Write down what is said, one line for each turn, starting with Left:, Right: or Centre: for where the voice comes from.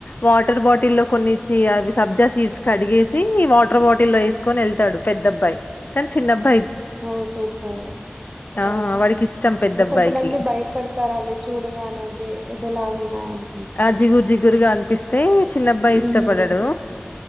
Left: వాటర్ బాటిల్లో కొన్ని చి అవి సబ్జా సీడ్స్ కడిగేసి వాటర్ బాటిల్ల్లో వేసుకొని వెళ్తా డు పెద్ద అబ్బాయి, కానీ చిన్నబ్
Right: ఓ సూపర్
Left: ఆ
Right: ఓ
Left: వాడికి ఇష్టం పెద్దబ్బాయికి
Right: ఒ కొంతమంది భయపడతారు అవి చూడగానే అవి ఏదోలా ఉన్నాయని
Left: ఆ జిగురు జిగురుగా అనిపిస్తే చిన్నబ్బాయి
Right: హ్మ్
Left: ఇష్టపడడు